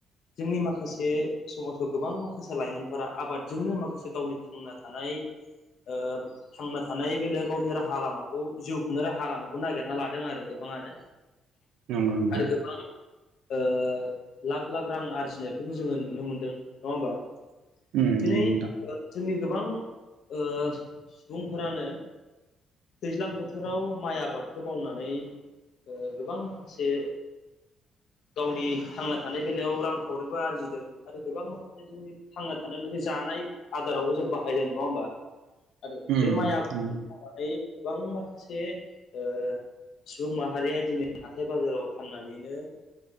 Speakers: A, on the left; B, on the right.
A: जोंनि माखासे समाजाव गोबां माखासे लाइमोनफोरा आबाद जोंनो माखासे गावनि थांना थानाय ओ थांना थानाय बेलायाव गावनि राहा लामाखौ जिउ खुंनो राहा लामाखौ नागिरना लादों आरो गोबां ङानो
B: नंगौ नोंथां
A: आरो गोबां ओ लाख लाख रां आरजिनायखौबो जोङो नुनो मोनदों नङा होमबा?
B: ओम
A: दिनै
B: नंगौ नोंथां।
A: जोंनि गोबां ओ सुबुंफोरानो दैज्लां बोथोराव माइ आबादखौ मावनानै ओ गोबां माखासे
B: <inaudible>
A: गावनि थांना थानाय बेलायाव रांखावरिबो आरजिदों आरो गोबां माखासे जोंनि थांना थानायाव नोंनि जानाय आदारावबो जों बाहायदों नङा होमबा?
B: <inaudible>
A: आरो
B: उम
A: बे माइ आबादखौ
B: नंगौ
A: मावनानै गोबां माखासे ओ सुबुं माहारिया दिनै हाथथाय बाजाराव फाननानैनो